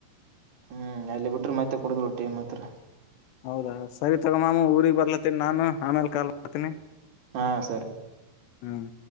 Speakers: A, on the right; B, on the left.
A: ಹ್ಮ್ ಅಲ್ಲಿ ಬಿಟ್ರೆ ಮತ್ತೆ ಕುಡುದ್ರು ಟೀಮ್ ಹತ್ರ
B: ಹೌದಾ ಸರಿ ತಗೊ ಮಾಮ್ಮ ಊರಿಗೆ ಬರ್ಲತ್ತನಿ ನಾನು ಆಮೇಲ್ ಕಾಲ್ ಮಾಡ್ತಿನಿ
A: ಹಾ ಸರಿ
B: ಹ್ಮ್